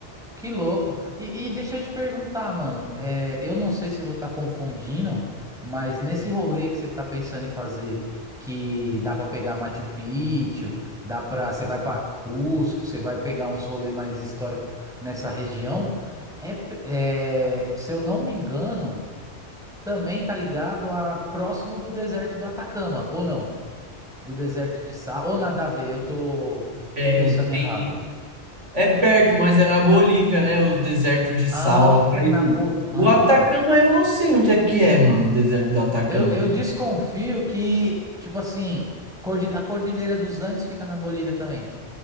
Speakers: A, in the centre; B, on the right (about 85°).
A: Que louco. E, e deixa eu te perguntar, mano. é, eu não sei se eu vou estar confundindo, mas nesse rolê que você tá pensando em fazer, que dá pra pegar Machu Picchu, dá para você vai pra Cusco, você vai pegar uns rolês mais históricos nessa região, é, p- é, se eu não me engano, também tá ligado a próximo do deserto do Atacama, ou não? Do deserto de Sal, ou nada a ver, eu tô,
B: é,
A: tô pensando errado.
B: tem- é perto, mas é na Bolívia, né? Os desertos de
A: Ah,
B: sal. lá
A: na
B: e-
A: boa. ah.
B: o Atacama, eu não sei onde é que é, mano, o deserto do Atacama.
A: Eu, eu desconfio que, tipo assim, cordil- a Cordilheira dos Andes fica na Bolívia também.